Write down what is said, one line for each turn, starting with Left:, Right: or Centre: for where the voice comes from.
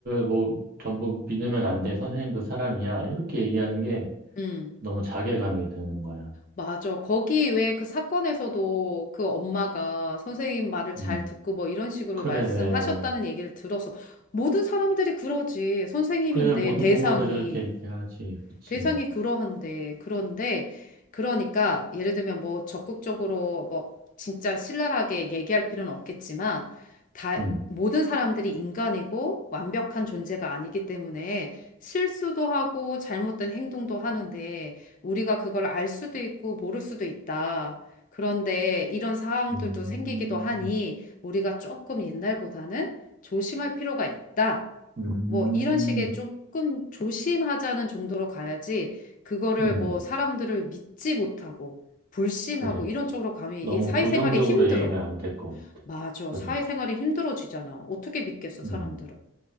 Right: 뭐 전부 믿으면 안 돼. 선생님도 사람이야. 이렇게 얘기하는 게
Left: 음,
Right: 너무 자괴감이 드는 거야.
Left: 맞아. 거기 왜 그 사건에서도 그 엄마가 선생님 말을 잘
Right: 음,
Left: 듣고 뭐 이런 식으로
Right: 그래.
Left: 말씀하셨다는 얘기를 들어서 모든 사람들이 그러지. 선생님인데
Right: 그래, 모든
Left: 대상이.
Right: 부모들이 이렇게 얘기하지. 그치.
Left: 대상이 그러한데, 그런데, 그러니까, 예를 들면 뭐 적극적으로 뭐 진짜 신랄하게 얘기할 필요는 없겠지만, 다,
Right: 음,
Left: 모든 사람들이 인간이고 완벽한 존재가 아니기 때문에 실수도 하고 잘못된 행동도 하는데, 우리가 그걸 알 수도 있고 모를 수도 있다. 그런데 이런 상황들도
Right: 음,
Left: 생기기도 하니, 우리가 조금 옛날보다는 조심할 필요가 있다.
Right: 음,
Left: 뭐 이런 식의 조금 조심하자는 정도로 가야지 그거를
Right: 음,
Left: 뭐 사람들을 믿지 못하고 불신하고
Right: 그래.
Left: 이런 쪽으로 가면 이
Right: 너무
Left: 사회생활이
Right: 부정적으로
Left: 힘들어.
Right: 얘기하면 안 될 것 같아.
Left: 맞아.
Right: 그래.
Left: 사회생활이 힘들어지잖아. 어떻게 믿겠어, 사람들을.
Right: 음,